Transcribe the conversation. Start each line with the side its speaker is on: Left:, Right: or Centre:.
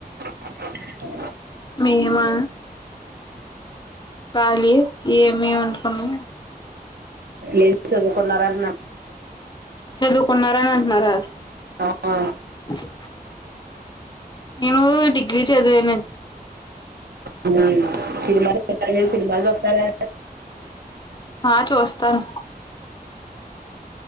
Right: <unintelligible>
Left: మేమా కాాలియే ఏమి వండుకున్నా
Right: ఎ చదువుకున్నారా అంటున్నారు
Left: చదువుకున్నారని అంటున్నారా
Right: అ ఆ
Left: <inaudible> నువ్వు డిగ్రీ చదు <unintelligible>
Right: హు సినిమాలు <unintelligible> సినిమాలు చూస్తారా
Left: హా చూస్తాను